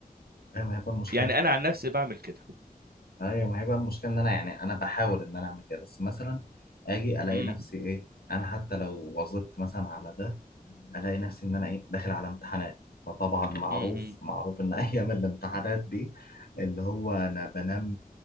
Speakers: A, on the left; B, on the right.
A: أيام هيبقى مشكلة
B: يعني انا عن نفسي بعمل كده
A: ايوه ما هي بقى المشكله ان انا يعني انا بحاول ان انا اعمل كده بس مثلا اجي الاقي
B: امم
A: نفسي ايه انا حتى لو وظبت مثلا على ده الاقي نفسي ان انا ايه داخل على امتحانات فطبعا معروف
B: امم امم
A: معروف ان <laughs> ايام الامتحانات دي اللي هو انا بنام